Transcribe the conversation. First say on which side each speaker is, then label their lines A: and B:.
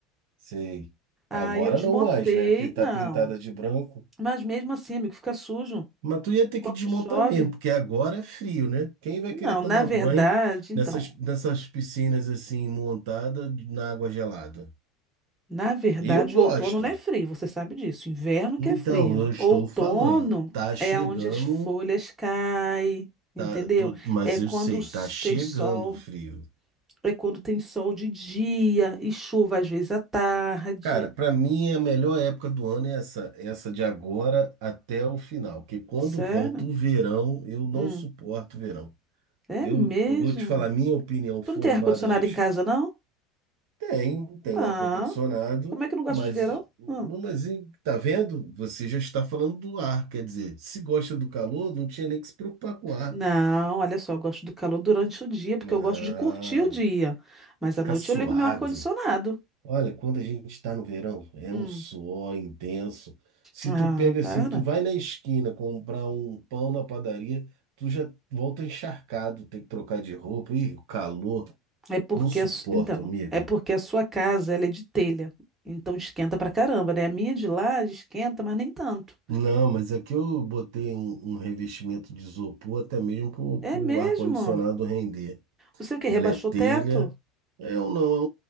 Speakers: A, on the right; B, on the right.
A: sei.
B: Aí
A: Agora
B: eu desmontei.
A: não mais, né? Porque tá
B: Não.
A: pintada de branco.
B: Mas mesmo assim, amigo, fica sujo.
A: Mas tu ia ter
B: Quando
A: que desmontar
B: chove.
A: mesmo, porque agora é frio, né? Quem vai
B: Não,
A: querer tomar
B: na verdade,
A: banho
B: então.
A: nessas, nessas piscinas assim, montadas na água gelada?
B: Na verdade,
A: Eu gosto.
B: o outono não é frio, você sabe disso. Inverno
A: Então,
B: que é frio.
A: eu estou
B: Outono
A: falando, tá chegando,
B: é onde as folhas caem, entendeu?
A: tá, tô- mas
B: É quando
A: eu sei,
B: s-
A: tá chegando
B: tem sol.
A: o frio.
B: É quando tem sol de dia e chuva às vezes à tarde.
A: Cara, para mim é a melhor época do ano é essa, é essa de agora até o final, porque quando
B: Sério?
A: volta o verão, eu não
B: Hum,
A: suporto o verão.
B: é
A: Eu,
B: mesmo?
A: eu vou te falar minha opinião
B: Tu
A: formada
B: não tem ar-condicionado
A: a respeito.
B: em casa, não?
A: Tem, tem
B: Ah,
A: o ar-condicionado,
B: como é que eu não gosto
A: mas,
B: de verão?
A: mas
B: Hum.
A: e- tá vendo? Você já está falando do ar, quer dizer, se gosta do calor, não tinha nem que se preocupar com o ar.
B: Não, olha só, eu gosto do calor durante o dia, porque
A: Ah.
B: eu gosto de curtir o dia. Mas
A: ficar
B: à noite
A: suado.
B: eu ligo meu ar-condicionado.
A: Olha, quando a gente está no verão, é
B: Hum.
A: um suor intenso. Se
B: Ah,
A: tu pega
B: para.
A: assim, tu vai na esquina comprar um pão na padaria, tu já volta encharcado, tem que trocar de roupa. Ih, o calor,
B: É porque,
A: não suporta,
B: a su- então,
A: amiga.
B: é porque a sua casa, ela é de telha. Então esquenta pra caramba, né? A minha de lá esquenta, mas nem tanto.
A: Não, mas aqui eu botei um, um revestimento de isopor até mesmo para
B: É
A: o
B: mesmo?
A: ar-condicionado render.
B: Você o quê? Rebaixou
A: Ela é telha.
B: o teto?
A: É um não, é